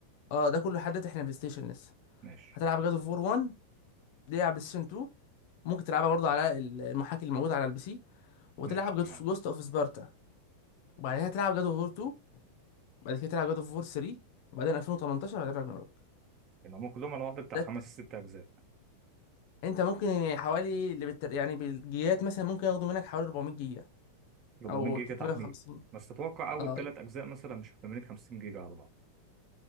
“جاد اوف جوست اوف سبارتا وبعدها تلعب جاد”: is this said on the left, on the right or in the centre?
Left